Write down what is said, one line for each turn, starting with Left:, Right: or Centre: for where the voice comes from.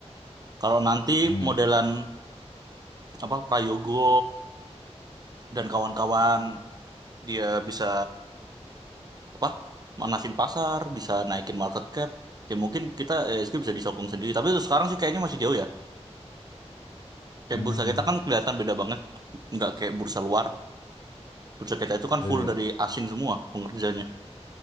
Right: Kalau nanti
Left: Hmm.
Right: modelan apa Prayogo dan kawan-kawan dia bisa apa manasin pasar, bisa naikin market cap, ya mungkin kita SG bisa disokong sendiri. Tapi untuk sekarang sih kayaknya masih jauh ya. Kayak
Left: Hmm.
Right: bursa kita kan kelihatan beda banget, nggak kayak bursa luar. Bursa kita itu kan
Left: Iya,
Right: full dari asing semua pengerjanya.